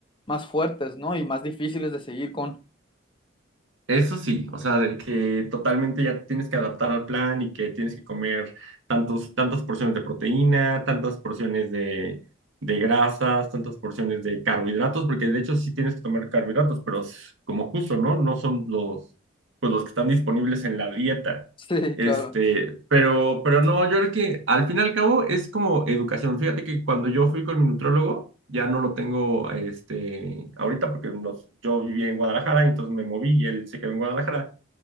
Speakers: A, on the left (about 25°); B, on the right (about 75°).
A: más fuertes, ¿no? Y más difíciles de seguir con. <laughs>
B: Eso sí, o sea, de que totalmente ya tienes que adaptar al plan y que tienes que comer tantos, tantas porciones de proteína, tantas porciones de, de grasas, tantas porciones de carbohidratos, porque de hecho sí tienes que tomar carbohidratos, pero es como justo, ¿no? No son los, pues los que están disponibles en la dieta.
A: Sí,
B: Este,
A: claro,
B: pero, pero no, yo creo que al fin y al cabo es como educación. Fíjate que cuando yo fui con mi nutrólogo, ya no lo tengo, este, ahorita porque nos- yo viví en Guadalajara, entonces me moví y él se quedó en Guadalajara.